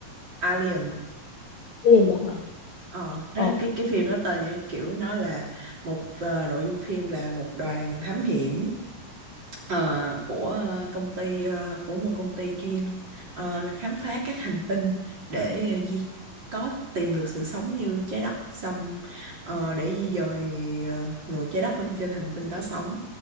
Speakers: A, on the right; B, on the left.
A: Alien
B: liền đó hả
A: ờ đó
B: ờ
A: là cái cái phim đó tên như kiểu nó là một ờ, nội dung phim là một đoàn thám hiểm ờ, của ờ, công ty ờ, của một công ty chuyên ờ, là khám phá các hành tinh để ờ, di có tìm được sự sống như trái đất xong ờ, để di dời ờ, người trái đất lên trên hành tinh đó sống